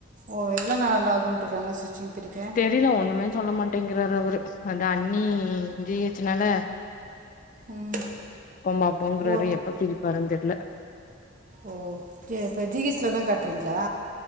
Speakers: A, on the right; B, on the left.
A: ஓ எவ்ளோ நாளல ஆகுண்டிருக்காங்க ஸ்டிச்சிங் பிரிக்க
B: தெரியல ஒண்ணுமே சொல்ல மாட்டேங்கிறார் அவரு அந்த அண்ணி ஜி ஹெச் னால
A: ம்
B: பாப்போங்கிறாரு
A: ஓ
B: எப்ப பிரிப்பாருன்னு தெர்ல
A: ஓ சே இப்ப ஜி ஹெச் லதா காட்டுறீங்களா